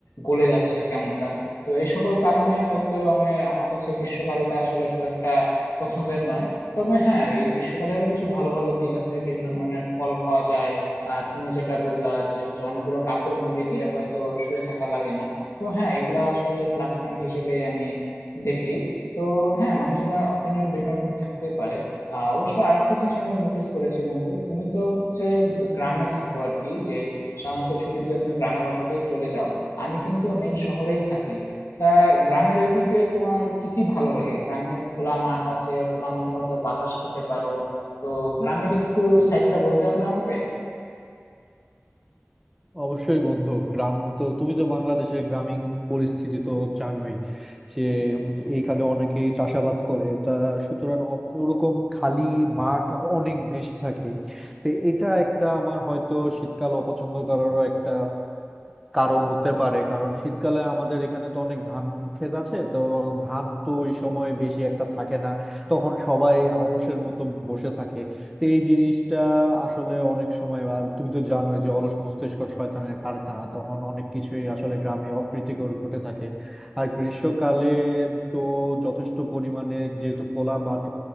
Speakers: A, on the left (about 80°); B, in the centre.
A: গলে যাচ্ছে কেমনটা তো এই সকল কারণে হয়তো আমার আমার কাছে গ্রীষ্মকালটা আসলে খুব একটা পছন্দের নয় তবে হ্যাঁ এই গ্রীষ্মকালেরও কিছু ভালো ভালো দিক আছে বিভিন্ন ধরনের ফল খাওয়া যায় আর তুমি যেটা বললা যে হচ্ছে অনেকগুলো কাপড় মুড়ি দিয়ে হয়তো শুয়ে থাকা লাগে না তো হ্যাঁ এগুলা আসলে প্লাস পয়েন্ট হিসেবেই আমি দেখি তো হ্যাঁ মানুষজনের অপিনিয়ন বিভিন্ন রকম থাকতে পারে আহ, অবশ্য আরেকটা জিনিস আমি নোটিস করেছি বন্ধু তুমি তো হচ্ছে গ্রামে থাকো আর কি যে সাধারণত ছুটি দিলে তুমি গ্রামের বাসাতেই চলে যাও আমি কিন্তু মেন শহরেই থাকি তা গ্রামের ওইদিকে তোমার কি কি ভালো লাগে গ্রামে খোলা মাঠ আছে খোলা মাঠে হয়তো বাতাস খেতে পারো তো গ্রামের একটু সাইডটা বলতে পারবে আমাকে
B: অবশ্যই বন্ধু গ্রাম তো তুমি তো বাংলাদেশের গ্রামীণ পরিস্থিতি তো জানোই যে উম, এইখানে অনেকেই চাষাবাদ করে তা সুতরাং অ- ওরকম খালি মাঠ অনেক বেশি থাকে তো এটা একটা আমার হয়তো শীতকাল অপছন্দ করারও একটা কারণ হতে পারে কারণ শীতকালে আমাদের এখানে তো অনেক ধান ক্ষেত আছে তো ধান তো ওই সময় বেশি একটা থাকে না তখন সবাই অলসের মতো বসে থাকে তো এই জিনিসটা আসলে অনেক সময় আর তুমি তো জানোই যে অলস মস্তিষ্ক শয়তানের কারখানা তখন অনেক কিছুই আসলে গ্রামে অপ্রীতিকর ঘটে থাকে আর গ্রীষ্মকালে তো যথেষ্ট পরিমাণে যেহেতু খোলা মাঠ